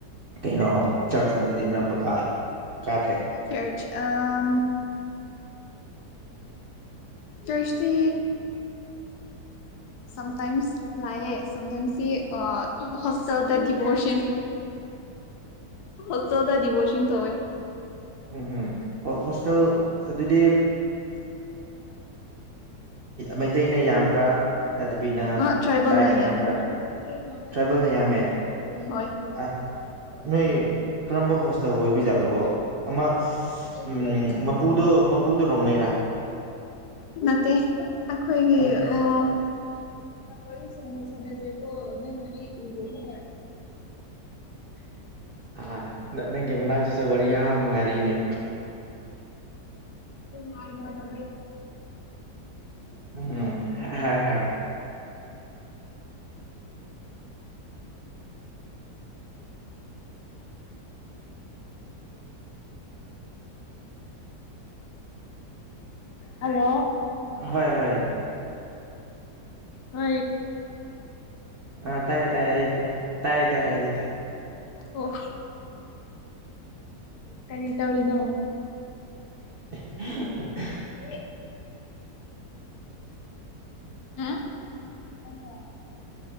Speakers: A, on the right; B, on the left.
A: ꯀꯩꯅꯣ ꯆꯔꯆ ꯀꯨꯝꯕꯗꯤ ꯀꯔꯝꯕ ꯀꯥꯏ ꯀꯥꯗ꯭ꯔꯦ
B: ꯁꯦꯠ ꯆꯦ ꯑ ꯇꯁꯁꯤ ꯁꯝꯇꯥꯏꯝꯁ ꯂꯥꯛꯑꯦ ꯁꯝꯇꯥꯏꯝꯁꯁꯤ ꯍꯣꯁꯦꯜꯗ ꯗꯤꯚꯣꯔꯁꯟ ꯍ ꯆꯗ ꯗꯤꯕꯁꯤ ꯊꯋꯥꯏ
A: ꯎꯝ ꯍꯝ ꯍ ꯍꯣꯁꯇꯦꯜ ꯑꯗꯨꯗꯤ ꯃꯩꯇꯩꯅ ꯌꯥꯝꯕ꯭ꯔꯥ ꯅꯠꯇꯕꯤꯅ
B: ꯑꯥ ꯇ꯭ꯔꯥꯏꯕꯦꯜꯅ
A: ꯇ꯭ꯔꯥꯏꯞꯅ
B: ꯌꯥꯝꯃꯦ
A: ꯌꯥꯝꯕ꯭ꯔꯥ
B: <inaudible>
A: ꯇ꯭ꯔꯥꯏꯕꯦꯜꯅ ꯌꯥꯝꯃꯦ ꯑꯥꯏ <inaudible> ꯀꯔꯝꯕ ꯍꯣꯁꯇꯦꯜ ꯑꯣꯏꯕꯤ ꯌꯥꯖꯥꯠꯂꯣꯒꯣ ꯑꯃ
B: <inaudible>
A: ꯎꯝ ꯃꯄꯨꯗꯣ ꯃꯄꯨꯗꯣ ꯔꯣꯡꯃꯩꯔꯥ
B: ꯑꯩꯈꯣꯏꯒꯤ
A: ꯑꯝ
B: ꯑꯣ ꯑꯣꯏ ꯁ ꯁꯅꯖ ꯑꯣ ꯑꯩ ꯎ <inaudible>
A: ꯑ ꯅꯪꯒꯤ ꯃꯅꯥꯛꯛꯇꯠꯁꯨꯦ ꯋꯥꯔꯤ ꯌꯥꯝ ꯌꯥꯝ ꯅꯨꯡꯉꯥꯏꯔꯛꯏꯅꯦ
B: ꯎꯅ ꯃ ꯃ
A: ꯎꯝ ꯍꯦꯔꯣ
B: ꯍꯜꯂꯣ
A: ꯍꯣꯏ ꯍꯣꯏ
B: ꯍ
A: ꯑ ꯇꯥꯏ ꯇꯥꯏꯌꯦꯌꯦ ꯇꯥꯏ ꯇꯥꯏ ꯇ
B: ꯑꯣ ꯀꯔꯤ ꯇꯧꯔꯤꯅꯣ
A: <inaudible>
B: ꯍ ꯎꯝ ꯑ